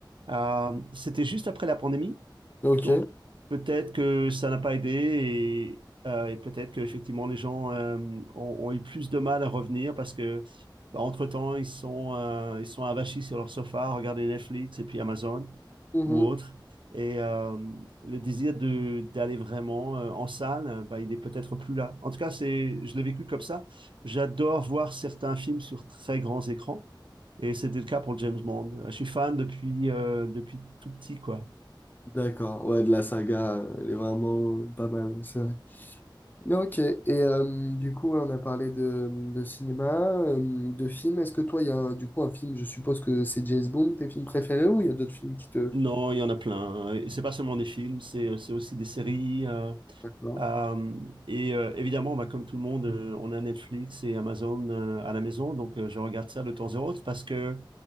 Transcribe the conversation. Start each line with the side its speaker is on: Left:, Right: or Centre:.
Right: Euh, c'était juste après la pandémie,
Left: ok.
Right: donc peut-être que ça n'a pas aidé et, euh, et peut-être qu'effectivement les gens euh, ont, ont eu plus de mal à revenir parce que bah, entre-temps, ils sont, euh, ils sont avachis sur leur sofa, à regarder Netflix et puis Amazon
Left: Mhm.
Right: ou autre. Et euh, le désir de d'aller vraiment euh, en salle, euh, bah, il est peut-être plus là. En tout cas, c'est, je l'ai vécu comme ça. J'adore voir certains films sur très grands écrans. Et c'était le cas pour James Bond. Je suis fan depuis, euh, depuis tout petit, quoi.
Left: D'accord. Ouais, de la saga, elle est vraiment pas mal. c'est vrai. Ok, et euh, du coup, ouais, on a parlé de, de cinéma, euh, de films. Est-ce que toi, il y a un- du coup un film, je suppose que c'est James Bond, tes films préférés, ou il y a d'autres films qui te...
Right: Non, il y en a plein. Et C'est pas seulement des films, c'est, c'est aussi des séries. euh,
Left: D'accord.
Right: Euh, et euh, évidemment, bah, comme tout le monde, euh, on a Netflix et Amazon euh, à la maison, donc euh, je regarde ça de temps en temps parce que